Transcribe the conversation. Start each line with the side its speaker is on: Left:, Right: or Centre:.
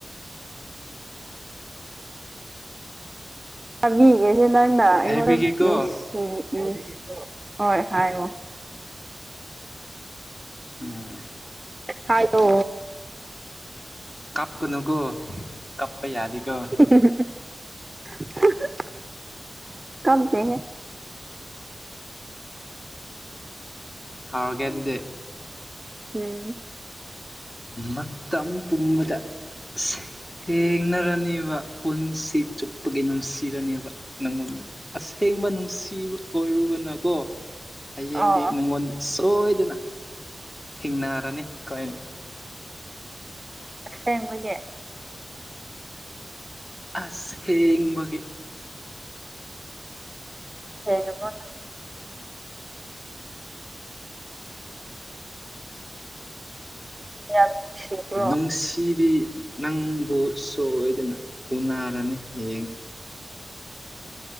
Right: <inaudible> ꯆꯕꯤꯒꯦꯁꯦ ꯅꯪꯅ ꯑꯩꯉꯣꯟꯗ
Left: ꯍꯥꯏꯕꯤꯒꯦꯀꯣ
Right: ꯅꯨꯡꯁꯤ ꯎ ꯎꯝ ꯍꯣꯏ ꯍꯥꯏꯌꯣ
Left: ꯎꯝ
Right: ꯍꯥꯏꯌꯣ
Left: ꯀꯞ ꯀ ꯅꯨꯀꯣ ꯀꯞꯄꯥꯥ ꯌꯥꯗꯦ ꯀꯣ
Right: ꯎꯝ ꯍꯝ ꯎꯝ ꯍꯝ ꯍꯥ ꯍꯥ ꯀꯞꯇꯦꯍꯦ
Left: ꯍꯥꯎꯔꯒꯦ ꯑꯗꯨꯗꯤ
Right: ꯎꯝ
Left: ꯃꯇꯝ ꯄꯨꯝꯕꯗ ꯏꯁ ꯊꯦꯡꯅꯔꯅꯤꯕ ꯄꯨꯟꯁꯤ ꯆꯨꯞꯄꯒꯤ ꯅꯨꯡꯁꯤꯔꯅꯦꯕ ꯅꯪꯉꯣꯟꯗ ꯑꯁꯦꯡꯕ ꯅꯨꯡꯁꯤꯕ ꯑꯣꯏꯔꯨꯕꯅꯀꯣ ꯍꯌꯦꯡꯗꯤ
Right: ꯑꯣ
Left: ꯅꯪꯉꯣꯟꯗ ꯁꯣꯏꯗꯅ ꯊꯦꯡꯅꯔꯅꯤ ꯑꯈꯣꯏꯅꯤ
Right: ꯑꯁꯦꯡꯕꯒꯤ
Left: ꯑꯥꯁꯦꯡꯕꯒꯤ
Right: ꯁꯦꯡꯉꯥꯕꯣ ꯌꯥꯝ ꯅꯨꯡꯁꯤꯕ꯭ꯔꯣ
Left: ꯅꯨꯡꯁꯤꯕꯤ ꯅꯪꯕꯨ ꯁꯣꯏꯗꯅ ꯎꯅꯔꯅꯤ ꯍꯌꯦꯡ